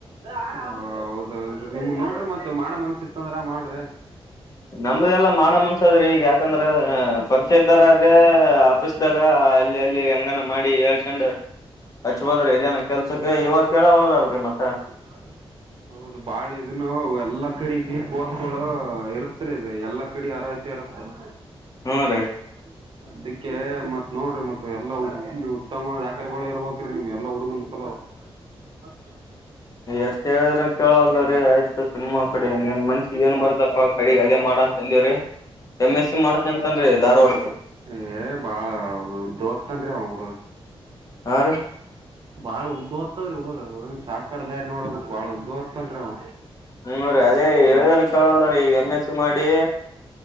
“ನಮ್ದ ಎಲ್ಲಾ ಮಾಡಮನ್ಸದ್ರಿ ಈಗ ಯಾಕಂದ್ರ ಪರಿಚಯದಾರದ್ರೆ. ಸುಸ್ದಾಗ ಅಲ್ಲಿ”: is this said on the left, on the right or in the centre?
Left